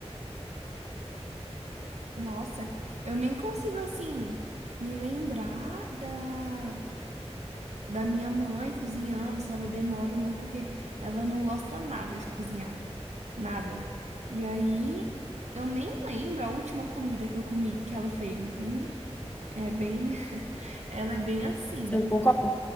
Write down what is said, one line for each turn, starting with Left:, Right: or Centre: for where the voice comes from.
Right: Nossa, eu nem consigo, assim, me lembrar da. da minha mãe cozinhando, se ela demora ou não, porque ela não gosta nada de cozinhar. Nada. E aí, eu nem lembro a última comida que eu comi que ela fez, entende? É bem. <laughs> Ela é bem assim.
Left: você não concorda?